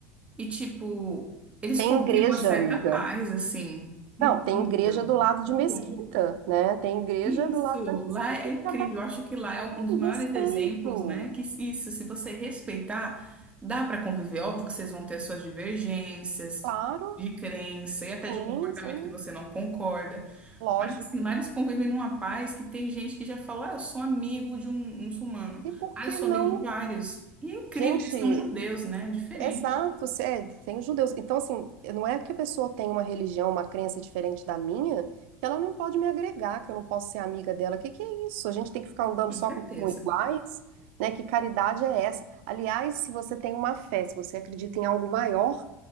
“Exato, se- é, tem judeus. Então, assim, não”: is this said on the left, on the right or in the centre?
Right